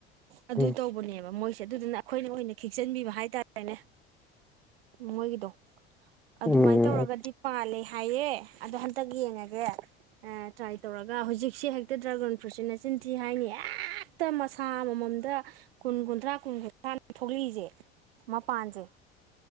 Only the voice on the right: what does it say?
ꯑꯗꯨ
ꯇꯧꯕꯅꯦꯕ ꯃꯣꯏ ꯑꯗꯨꯗꯨꯅ ꯑꯩꯈꯣꯏꯅ ꯑꯣꯏꯅ ꯈꯤꯛꯆꯟꯕꯤꯕ ꯍꯥꯏꯇꯥꯔꯦꯅꯦ ꯃꯣꯏꯒꯤꯗꯣ ꯑꯗꯨꯃꯥꯏꯅ
ꯇꯧꯔꯒꯗꯤ ꯄꯥꯜꯂꯦ ꯍꯥꯏꯌꯦꯦ ꯑꯗꯣ ꯍꯟꯇꯛ ꯌꯦꯡꯉꯒꯦ ꯇ꯭ꯔꯥꯏ ꯇꯧꯔꯒ ꯍꯧꯖꯤꯛ ꯁꯤ ꯍꯦꯛꯇ ꯗ꯭ꯔꯥꯒꯟ ꯐ꯭ꯔꯨꯠꯁꯤꯅꯆꯤꯟꯊꯤ ꯍꯥꯏꯅꯤ ꯍꯦꯛꯇ ꯃꯁꯥ ꯑꯃꯃꯝꯗ ꯀꯨꯟ ꯀꯨꯟꯊ꯭ꯔꯥ ꯀꯨꯟ ꯀꯨꯟꯊ꯭ꯔꯥ ꯊꯣꯛꯂꯛꯏꯁꯦ ꯃꯄꯥꯟꯁꯦ